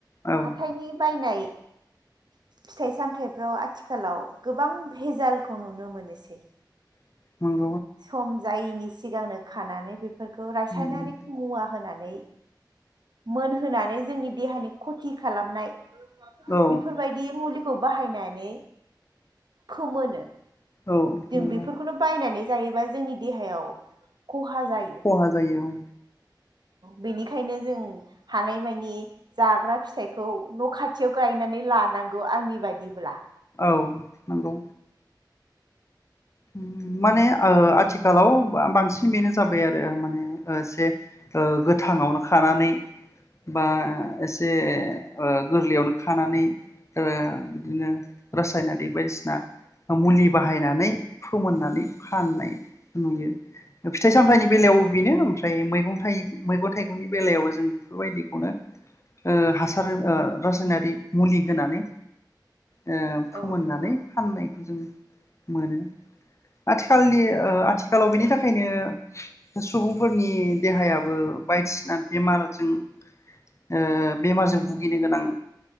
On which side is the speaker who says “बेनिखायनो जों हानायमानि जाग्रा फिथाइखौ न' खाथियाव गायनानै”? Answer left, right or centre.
Right